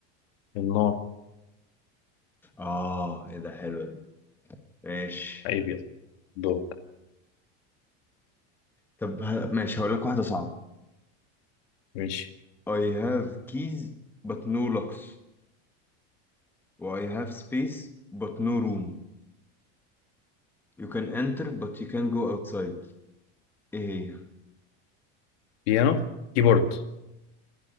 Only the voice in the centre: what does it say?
آه إيه ده حلوة دي ماشي
طب ه- ماشي هقول لك واحدة صعبة
I have keys but no locks. Or I have space but no room. You can enter but you can go outside. ايه هي؟